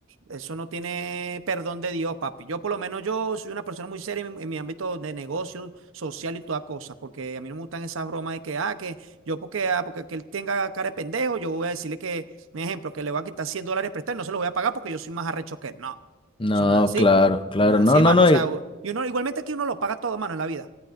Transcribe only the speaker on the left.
No,
claro, claro,
no, no,
no.